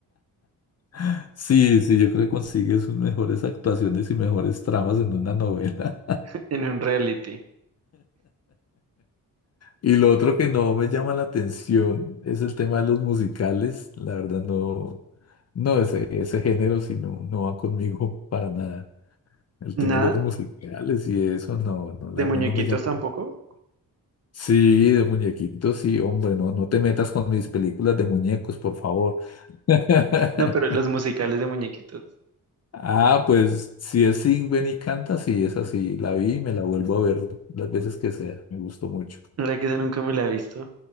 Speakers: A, on the left; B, on the right.
A: <laughs> sí, sí, yo creo que consigues sus mejores actuaciones y mejores tramas en una novela.
B: <laughs> en un reality.
A: Y lo otro que no me llama la atención es el tema de los musicales. La verdad no, no ese, ese género, sino no va conmigo <laughs> para nada. El
B: Nada,
A: tema de los musicales y eso, no, no, la
B: de
A: verdad
B: muñequitos
A: no me llama.
B: tampoco.
A: Sí, de muñequitos, sí, hombre, no, no te metas con mis películas de muñecos, por favor. <laughs>
B: No, pero los musicales de muñequitos.
A: Ah, pues si es Sing, ven y canta, sí, es así. La vi y me la vuelvo a ver las veces que sea. Me gustó mucho.
B: La verdad que esa nunca me la he visto.